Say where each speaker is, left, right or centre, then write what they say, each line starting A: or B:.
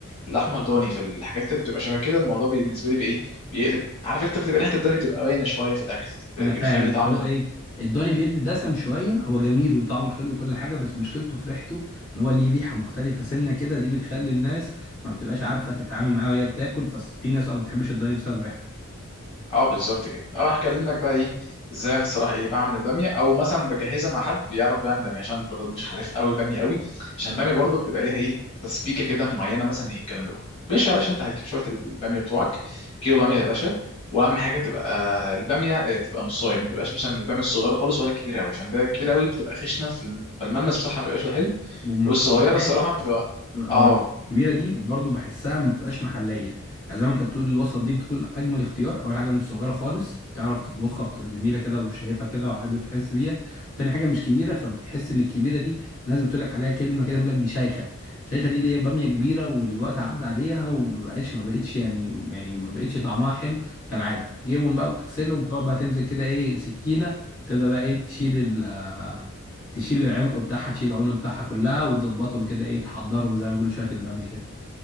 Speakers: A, on the left; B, on the left.
A: اللحمه الضاني في الحاجات اللي بتبقى شبه كده الموضوع بالنسبه لي بايه بيقلب عارف انت بتبقى ريحه الضاني بتبقى باينه شويه في الاكل بيخلي
B: انا فاهم بس
A: طعم
B: هو ايه الضاني بيدي دسم شويه هو جميل وطعمه حلو وكل حاجه بس مشكلته في ريحته ان هو ليه ريحه مختلفه سنه كده دي بتخلي الناس ما بتبقاش عارفه تتعامل معاه وهي بتاكل ففي ناس اه ما بتحبش الضاني بسبب ريحته
A: اه بالظبط كده اه هكلمك بقى ايه ازاي انا الصراحه ايه بعمل الباميه او مثلا بجهزها مع حد بيعرف بيعمل باميه عشان برضه مش عارف قوي باميه قوي عشان الباميه برضه بتبقى ليها ايه تسبيكه كده معينه مثلا ايه الكلام ده كله ماشي يا باشا انت هتجيب شويه الباميه بتوعك كيلو باميه يا باشا واهم حاجه تبقى الباميه آه، تبقى نصايه ما تبقاش مثلا الباميه الصغيره خالص ولا الكبيره قوي عشان ده الكبيره قوي بتبقى خشنه في الم- فالملمس بتاعها ما بيبقاش حلو
B: وما
A: والصغيره
B: بتبقاش
A: الصراحه بتبقى
B: اقول
A: اه
B: لك الكبيره دي برضو بحسها ما بتبقاش محليه يعني زي ما انت بتقول الوسط دي بتكون اجمل اختيار اول حاجه مش صغيره خالص بتعرف تطبخها بتبقى جميله كده وشايفها كده وقادر تحس بيها تاني حاجه مش كبيره فبتحس ان الكبيره دي الناس بتقول لك عليها كلمه كده بيقول لك دي شيخه شيخه دي اللي هي باميه كبيره والوقت عدى عليها وما بقاش ما بقتش يعني يعني ما بقتش طعمها حلو كالعاده تجيبهم بقى وتغسلهم وتقعد بقى تمسك كده ايه سكينه تبدا بقى ايه تشيل ال تشيل العنق بتاعها تشيل العنق بتاعها كلها وتظبطهم كده ايه تحضرهم زي ما بيقولوا شويه الباميه كده